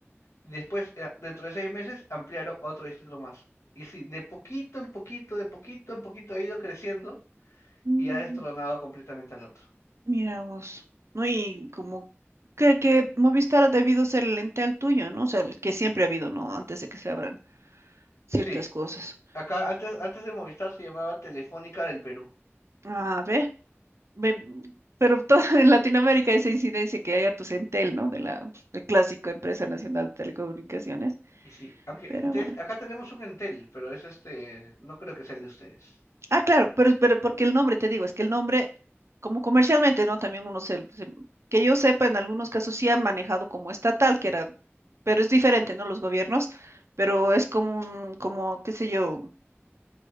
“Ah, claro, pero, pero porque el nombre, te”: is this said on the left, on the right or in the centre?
Right